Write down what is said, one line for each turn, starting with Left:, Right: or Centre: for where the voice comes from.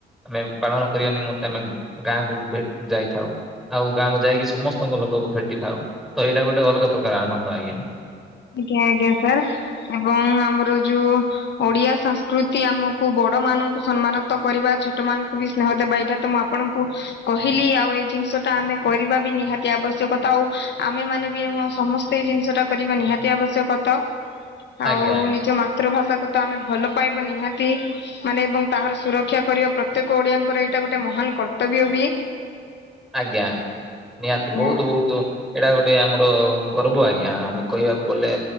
Centre: ଆମେ ପାଳନ କରିବା ନିମନ୍ତେ ଆମେ ଗାଁକୁ ଯାଇଥାଉ। ଆଉ ଗାଁକୁ ଯାଇକି ସମସ୍ତଙ୍କ ଲୋକକୁ ଭେଟି ଥାଉ ତ ଏଇଟା ଗୋଟେ ଅଲଗା ପ୍ରକାର ଆନନ୍ଦ ଆଜ୍ଞା।
Left: ଆଜ୍ଞା ଆଜ୍ଞା ସାର୍ ଏବଂ ଆମର ଯୋଉ ଓଡିଆ ସଂସ୍ କୃତି ଆମକୁ ବଡ ମାନଙ୍କୁ ସମ୍ମାନ ତ କରିବା ଛୋଟ ମାନଙ୍କୁ ବି ସ୍ନେହ ଦେବା ଏଇଟା ତ ମୁଁ ଆପଣଙ୍କୁ କହିଲି ଆଉ ଏଇ ଜିନିଷ ଟା ଆମେ କରିବା ବି ନିହାତି ଆବଶ୍ୟକତା ଆଉ ଆମେ ମାନେ ବି ସମ ସେଇ ଜିନିଷ ଟା କରିବା ନିହାତି ଆବଶ୍ୟକତ ଆଉ
Centre: ଆଜ୍ଞା
Left: ନିଜ ମା ମାତୃଭାଷା କୁ ତ ଆମେ ଭଲ ପାଇବା ନିହାତି ମାନେ ଏବଂ ତାହାର ସୁରକ୍ଷା କରିବା ପ୍ରତ୍ୟେକ ଓଡିଆଙ୍କର ଏଇଟା ଗୋଟେ ମହାନ କର୍ତ୍ତବ୍ୟ ବି।
Centre: ଆଜ୍ଞା ନିହାତି
Left: ଆଜ୍ଞା
Centre: ବହୁତ ବହୁତ ଏଇଟା ଗୋଟେ ଆମର ଗର୍ବ ଆଜ୍ଞା ଆମେ କହିବାକୁ ଗଲେ